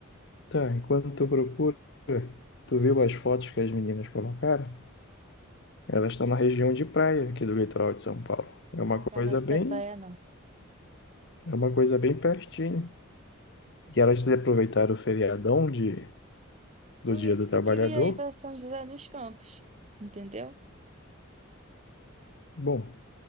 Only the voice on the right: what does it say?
Ah, não
quero mais
ir pra praia, não.
Por
isso
que eu queria ir pra São José dos Campos, entendeu?